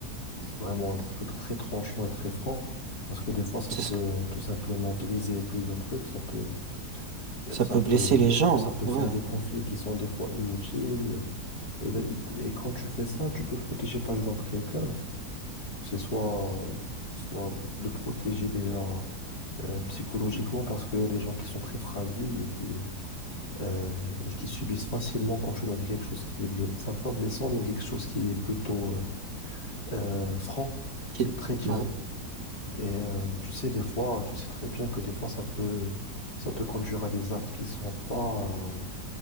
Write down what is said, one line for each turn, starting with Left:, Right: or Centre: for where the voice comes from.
Left: vraiment des trucs très tranchants et très francs. Parce que des fois, ça
Right: c'est
Left: peut
Right: ça
Left: euh, tout simplement briser plusieurs trucs, ça peut, euh, ça
Right: peut
Left: peut,
Right: blesser les gens,
Left: ça peut
Right: hein,
Left: faire
Right: ouais.
Left: des conflits qui sont des fois inutiles. Et, et quand tu fais ça, tu peux protéger par exemple quelqu'un. C'est soit, euh, soit le protéger déjà euh, psychologiquement parce qu'il y a des gens qui sont très fragiles et qui, euh, euh, et qui subissent facilement quand tu leur dis quelque chose qui est blessant, enfin pas blessant, mais quelque chose qui est plutôt euh, euh, franc, qui
Right: Qu'il-
Left: est très direct.
Right: ouais.
Left: Et euh, tu sais, des fois, tu sais très bien que des fois, ça peut, ça peut conduire à des actes qui sont pas euh,